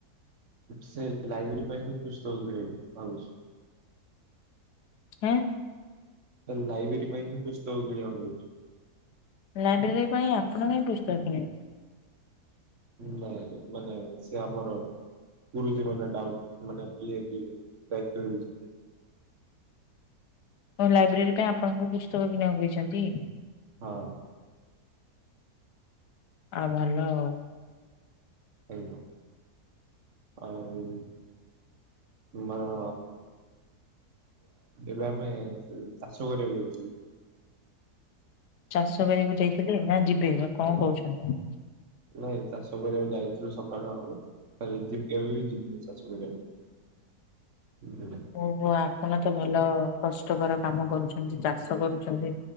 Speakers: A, on the right; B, on the left.
A: ସେ ଲାଇବ୍ରେରୀ ପାଇଁ ହୁଏତ ପୁସ୍ତକ ମିଳେନି ଭାବୁଛି।
B: ଏନ୍।
A: ତା ଲାଇବ୍ରେରୀ ପାଇଁ ହିଁ ପୁସ୍ତକ କିଣିବାକୁ ଯାଉଛୁ।
B: ଲାଇବ୍ରେରୀ ପାଇଁ ଆପଣ କାଇଁ ପୁସ୍ତକ କିଣିବେ?
A: ନାଇଁ ମାନେ ସେ ଆମର ଗୁରୁଜୀ ମାନେ ଡାଉଟ ମାନେ ଇଏବି ଦାୟିତ୍ୱ ନେଇଚି।
B: ମୋ ଲାଇବ୍ରେରୀ ପାଇଁ ଆପଣଙ୍କୁ ପୁସ୍ତକ କିଣିବାକୁ ଦେଇଚନ୍ତି?
A: ହଁ।
B: ଆ ଭଲ ଆଉ।
A: ଆଜ୍ଞା ଆଉ ମୋର ଏବେ ଆମେ ଚାଷ କରିବା ଯାଇଥିଲୁ।
B: ଚାଷ କରିବାକୁ ଯାଇଥିଲେ ନା ଯିବେ ବା କଣ
A: ଆ,
B: କହୁଛନ୍ତି ବା?
A: ନାଇଁ ଚାଷ କରିବାକୁ ଯାଇଥିଲୁ ସକାଳୁ ସକାଳୁ କେବେବି ଯିବୁନି ଚାଷ କରିବାକୁ
B: ଓହୋ ଆପଣ ତ ଭଲ କଷ୍ଟକର କାମ କରୁଛନ୍ତି ଚାଷ କରୁଚ